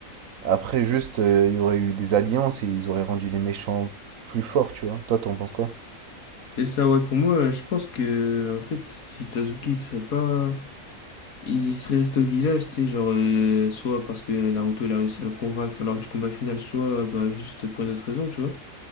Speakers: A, on the right; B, on the left.
A: Après, juste, euh, il y aurait eu des alliances et ils auraient rendu les méchants plus forts, tu vois. Toi, t'en penses quoi?
B: C'est ça, ouais. Pour moi, je pense que, en fait, si Sasuke, il serait pas. Il serait resté au village, tu sais, genre, euh, soit parce que Naruto, il a réussi à le convaincre lors du combat final, soit euh, bah, juste pour une autre raison, tu vois.